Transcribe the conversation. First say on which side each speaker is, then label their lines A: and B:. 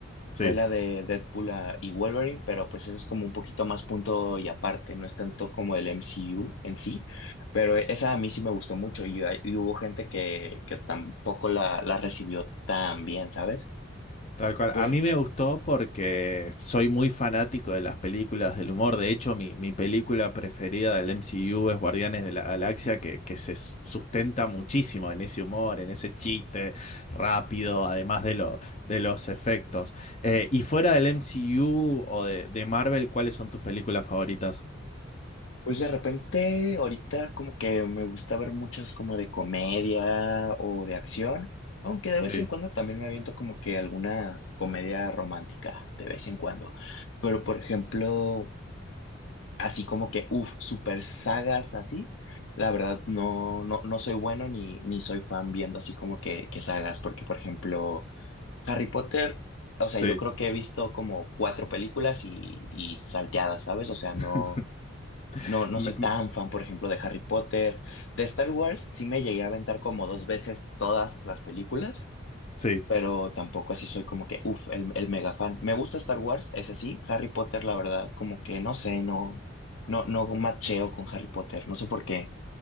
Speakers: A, on the left; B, on the left.
A: Sí,
B: fue la de Deadpool ah, y Wolverine, pero pues eso es como un poquito más punto y aparte, no es tanto como el MCU en sí, pero e, esa a mí sí me gustó mucho y, hay- y hubo gente que, que tampoco la, la recibió tan bien, ¿sabes?
A: tal cual.
B: Pero
A: A mí me gustó porque soy muy fanático de las películas del humor. De hecho, mi, mi película preferida del MCU es Guardianes de la Galaxia, que, que se s- sustenta muchísimo en ese humor, en ese chiste rápido, además de, lo- de los efectos. Eh, y fuera del MCU o de, de Marvel, ¿cuáles son tus películas favoritas?
B: pues de repente ahorita como que me gusta ver muchas como de comedia o de acción, aunque de vez
A: Sí,
B: en cuando también me aviento como que alguna comedia romántica, de vez en cuando. Pero por ejemplo... así como que, uff, super sagas así. La verdad, no, no, no soy bueno ni, ni soy fan viendo así como que, que sagas, porque por ejemplo, Harry Potter, o sea,
A: sí.
B: yo creo que he visto como cuatro películas y, y salteadas, ¿sabes? O sea, no,
A: <laughs>
B: no, no
A: Me-
B: soy
A: m-
B: tan fan, por ejemplo, de Harry Potter. De Star Wars, sí me llegué a aventar como dos veces todas las películas
A: sí,
B: pero tampoco así soy como que, uff, el, el mega fan. Me gusta Star Wars, es así. Harry Potter, la verdad, como que no sé, no, no, no macheo con Harry Potter, no sé por qué.